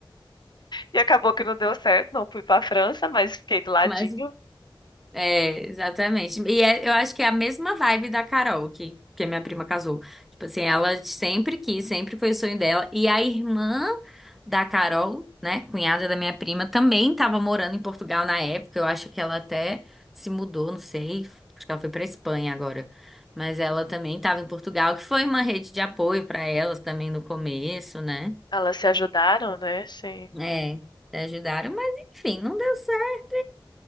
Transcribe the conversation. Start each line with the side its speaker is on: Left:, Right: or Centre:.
Left: E acabou que não deu certo, não fui pra França, mas fiquei do ladinho.
Centre: mas É, exatamente. E é- eu acho que é a mesma vibe da Carol, que, que a minha prima casou. Tipo assim, ela sempre quis, sempre foi o sonho dela. E a irmã da Carol, né, cunhada da minha prima, também estava morando em Portugal na época. Eu acho que ela até se mudou, não sei. Acho que ela foi para Espanha agora. Mas ela também estava em Portugal, que foi uma rede de apoio para elas também no começo, né?
Left: Elas se ajudaram, né? Sim.
Centre: É, ajudaram, mas enfim, não deu certo.